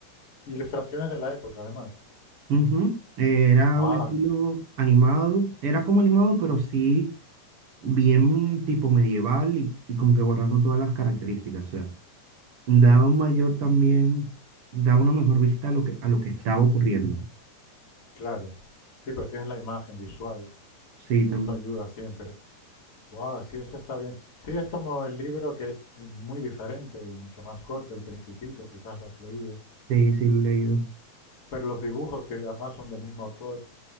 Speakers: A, on the left; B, on the right.
A: Ilustraciones de la época, además.
B: Ujú. Era
A: Ah,
B: un estilo animado, era como animado, pero sí bien tipo medieval y, y como que borrando todas las características, o sea, daba un mayor también, daba una mejor vista a lo que, a lo que estaba ocurriendo.
A: claro. Sí, pero tienes la imagen visual
B: Sí, también,
A: y eso ayuda siempre. Wow, sí, eso está bien. Sí, es como el libro que es muy diferente y mucho más corto, El Principito, quizás lo has leído.
B: sí, sí, lo he leído.
A: Pero los dibujos, que además son del mismo autor,